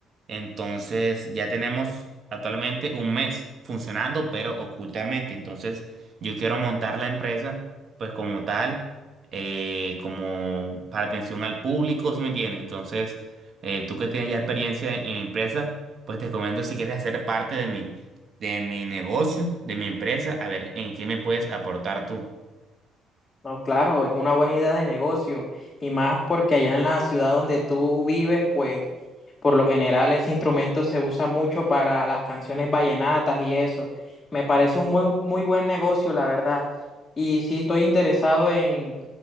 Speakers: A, on the right; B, on the left.
A: Entonces ya tenemos actualmente un mes funcionando, pero ocultamente. Entonces yo quiero montar la empresa pues como tal, eh, como para atención al público, si me entiendes? Entonces eh, tú que tienes ya experiencia en empresa, pues te comento si quieres hacer parte de mi, de mi negocio, de mi empresa, a ver en qué me puedes aportar tú.
B: No, claro, es una buena idea de negocio y más porque allá en la ciudad donde tú vives, pues por lo general ese instrumento se usa mucho para las canciones vallenatas y eso. Me parece un buen- muy buen negocio, la verdad. Y sí estoy interesado en,